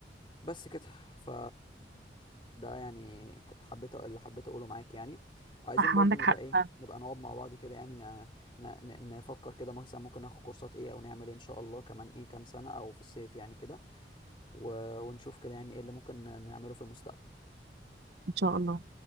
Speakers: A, on the left; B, on the right.
A: بس كده ف ده يعني حبيت أق- اللي حبيت اقوله معاك يعني وعايزين
B: صح
A: برضو
B: عندك
A: نبقى
B: حق
A: ايه
B: فعلا.
A: نبقى نقعد مع بعض كده يعني ن... ن... ن- نفكر كده مثلا ممكن ناخد كورسات ايه او نعمل ايه ان شاء الله كمان ايه كام سنه او في الصيف يعني كده و... ونشوف كده يعني ايه اللي ممكن نعمله في المستقبل
B: ان شاء الله